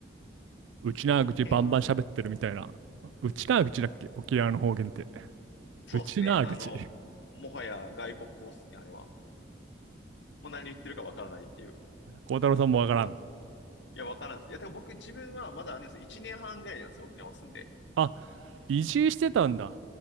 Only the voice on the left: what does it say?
その辺は、
そうっすね。
あの、もはや外国語っすね、あれは。もう何言ってるかわからないっていう。
いや、わからんっす。いや、てか僕自分はまだあれです。1年半ぐらいなんですよ、沖縄住んで。